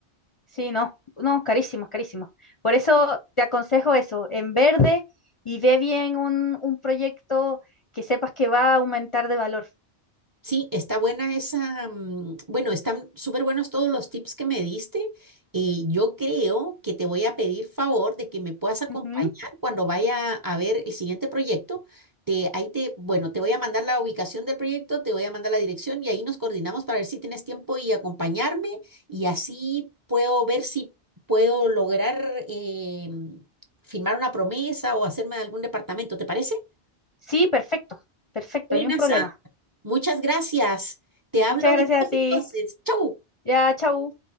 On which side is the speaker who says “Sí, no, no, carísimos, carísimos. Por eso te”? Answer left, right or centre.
Left